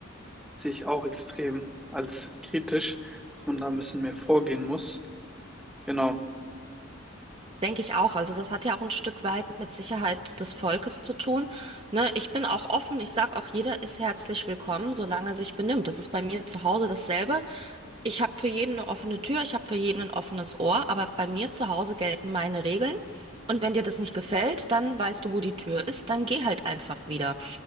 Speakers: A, in the centre; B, on the right.
A: sehe ich auch extrem als kritisch, dass man da ein bisschen mehr vorgehen muss. Genau,
B: Denke ich auch. Also das hat ja auch ein Stück weit mit Sicherheit des Volkes zu tun. Ne, ich bin auch offen. Ich sage auch, jeder ist herzlich willkommen, solange er sich benimmt. Das ist bei mir zu Hause dasselbe. Ich habe für jeden eine offene Tür, ich habe für jeden ein offenes Ohr, aber bei mir zu Hause gelten meine Regeln. Und wenn dir das nicht gefällt, dann weißt du, wo die Tür ist, dann geh halt einfach wieder.